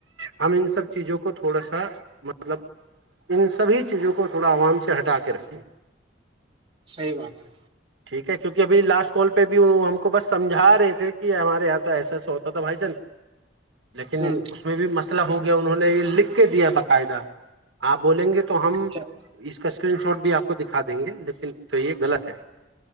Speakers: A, on the right; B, on the right.
A: ہم ان سب چیزوں کو تھوڑا مطلب ان سبھی چیزوں کو تھوڑا عوام سے ہٹا کے رکھیے
B: صحیح بات ہے
A: ٹھیک ہے کیونکہ ابھی لاسٹ کال پہ ہم کو بس سمجھا رہے تھے کہ ہمارے یہاں تو ایسا ایسا ہوتا تھا بھائی جان لیکن
B: ہوں
A: اس میں بھی مست لا ہو گیا انہوں نے یہ لکھ کے دیا باقاعدہ آپ بولیں گے تو تو ہم اس
B: چل
A: اس کا اسکرین شاٹ بھی آپ کو دکھا دیں گے لیکن تو یہ غط ہے